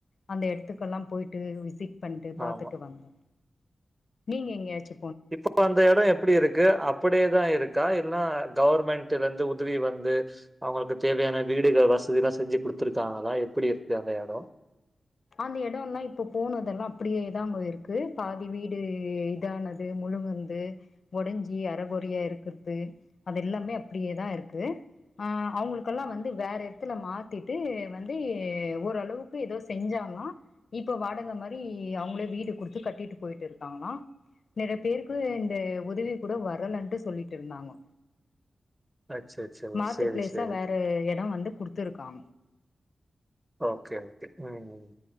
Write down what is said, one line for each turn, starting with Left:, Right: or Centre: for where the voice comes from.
Left: அந்த இட்த்துக்கல்லாம் போயிட்டு விசிட் பண்ட்டு பாத்துட்டு
Right: ஆமா
Left: வந்தோ நீங்க எங்யாச்சு
Right: இப்பபோ அந்த எடம் எப்டி இருக்கு அப்படே தான் இருக்கா ல கவுர்மெண்டுலந்து உதவி வந்து அவங்களுக்கு தேவையான வீடுக வசதிலாம் செஞ்சு குடுத்துருக்காங்களா எப்புடி இருக்கு அந்த எடொம்
Left: அந்த எடொல்லாம் இப்போ போனதெல்லாம் அப்டியேதாங்கோ இருக்கு பாதி வீடு இதானது முழுங்குந்து ஒடஞ்சி அறகொறியா இருக்குற்து அதெல்லாமே அப்டியேதான் இருக்கு ஆஹ் அவுங்களுக்கல்லாம் வந்து வேற எத்துல மாத்திட்டு வந்து ஓர்ளவுக்கு ஏதோ செ செஞ்சாங்லான் இப்ப வாடகை மாரி அவுங்ளே வீடு குடுத்து கட்டிட்டு போயிட்டு இருக்காங்லான் நெறைய பேருக்கு இந்த உதவி கூட வரலன்டு சொல்லிட்டு இருந்தாங்கோ
Right: அச்சச்சோ!
Left: மாத்து
Right: சரி,
Left: ப்ளேஸா
Right: சரி.
Left: வேற எடம் வந்து குடுத்துருக் <unintelligible>
Right: ஓகே ஓகே ம் ம்